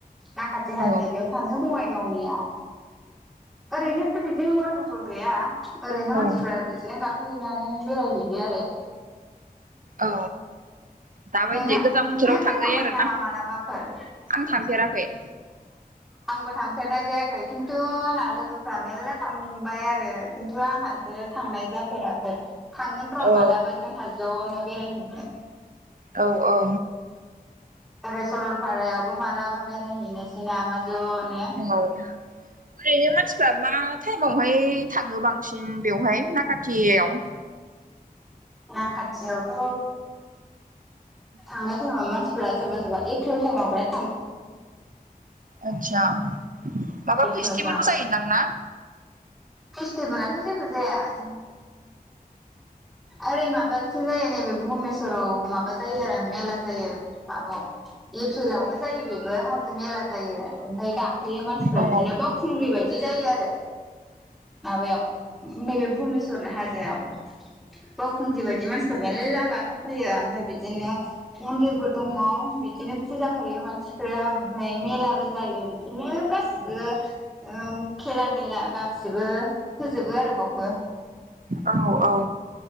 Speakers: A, in the centre; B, on the right.
A: नाखाथि हाजो
B: औ
A: बेयाव थाङो बङाइगावनियाव ओरैनो ' बिदिनो वाटारफुल गैया ओरैनो मानसिफ्रा
B: औ
A: बिदिनो गा फैनानै बेरायहैयो आरो
B: औ दाबायदि
A: नोंथां
B: गोजां बोथोराव
A: नों
B: थांजायो
A: फैखांबाय
B: आरोना
A: नामा मालाबाफोर
B: आं थांफेराखै <inaudible>
A: आंबो थांफेरनाय जायाखै खिन्थु आंना लोगोफ्रा मेर्ला थांबाय आरो खिन्थु आंहा सो थांनाय जाफेराखै थांगोन र'
B: औ
A: मालाबा जोंहा ज'नो बेरायहैनो
B: औ औ
A: ओरै सरलपारायावबो मालाबा बेरायहैनोसै नामा ज'नो
B: औ ओरैनो मानसिफ्रा मा टाइमावहाय थाङो बांसिन बेवहाय नाखाथियाव <inaudible>
A: ना खाथियावथ' थांनाय टाइमाव मानसिफोरा सोरबा सोरबा एप्रिल टाइमाव बेरात
B: आतसा माबा
A: एप्रिलफ्राव
B: फेस्टिभेलबो जायो दां ना
A: फेस्टिभेलाथ' जेबो जाया आजिम ओरै माबाथिं जायो नैबे भुमेस्राव माबा जायो आरो मेला जायो माबायाव एप्रिलावनो जायो बेबो हाजो मेला जायो ओमफाय गा थायो मानसिफ्रा
B: औ
A: बिदिनो बावखुंग्रि बायदि जायो आरो माबायाव नैबे भुुमेस्र हाजोआव बावखुंग्रि बाय बिदि मानसिफोर मेरला गाखोबफैयो ओमफाय बिदिनो मन्दिरबो दङ बिदिनो फुजा होयो मानसिफोरा ओमफ्राय मेलाबो जायो बिदिनो गासिबो ओ खेला-देला गासिबो गोबो होजोबो आरो बावबो ।
B: औ औ।